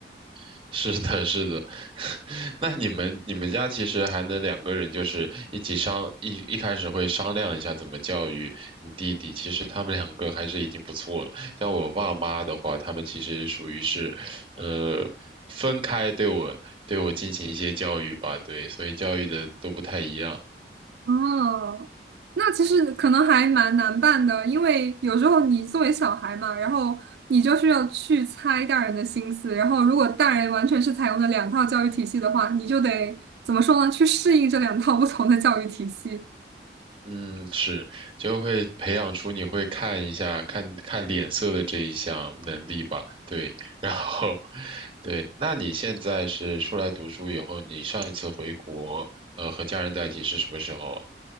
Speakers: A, on the right; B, on the right.
A: <laughs> 是的，是的。<laughs> 那你们你们家其实还能两个人就是一起商一一开始会商量一下怎么教育你弟弟。其实他们两个还是已经不错了。像我爸妈的话，他们其实属于是，呃，分开对我对我进行一些教育吧，对，所以教育的都不太一样。
B: 哦，那其实可能还蛮难办的，因为有时候你作为小孩嘛，然后你就是要去猜大人的心思，然后如果大人完全是采用的两套教育体系的话，你就得怎么说呢？去适应这两套不同的教育体系。
A: 嗯，是，就会培养出你会看一下、看看脸色的这一项能力吧。对，然后，对，那你现在是出来读书以后，你上一次回国，呃，和家人在一起是什么时候啊